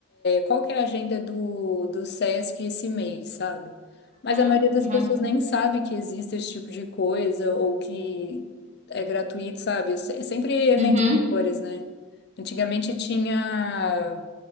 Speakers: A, on the left; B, on the right.
A: qual que é a agenda do, do SESC esse mês, sabe? Mas
B: Uhum,
A: a maioria das
B: uhum,
A: pessoas nem sabe que existe esse tipo de coisa ou que é gratuito, sabe? É se- é sempre eventos
B: uhum,
A: maiores, né? Antigamente tinha